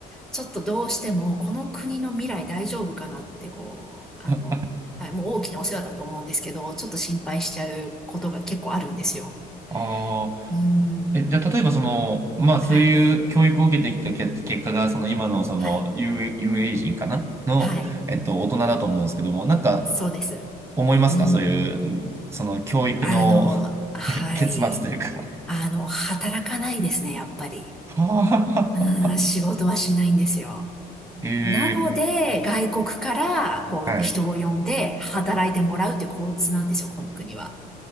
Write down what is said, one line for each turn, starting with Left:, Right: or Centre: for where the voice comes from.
Centre: ちょっとどうしてもこの国の未来大丈夫かなってこう、あの、
Right: あ
Centre: はい、もう大きなお世話だと思うんですけど、ちょっと心配しちゃうことが結構あるんですよ。
Right: あー。
Centre: うーん。
Right: え、じゃあ、例えばその、まあそういう教育を受けてきたけ結果が、
Centre: はい。
Right: その今のその
Centre: はい。
Right: U- UA 人かなの、
Centre: はい。
Right: えっと、大人だと思うんですけども、なんか
Centre: そうです。
Right: 思いますかそういう、
Centre: うん。
Right: んその教育の
Centre: あの、はい。
Right: <laughs> 結末というか
Centre: あの、働かないですね、やっぱり。
Right: は
Centre: うん、仕事はしないんですよ。
Right: ぁ <laughs> へえ
Centre: なので、外国から、こう、
Right: はい。
Centre: 人を呼んで働いてもらうっていう構図なんですよ、この国は。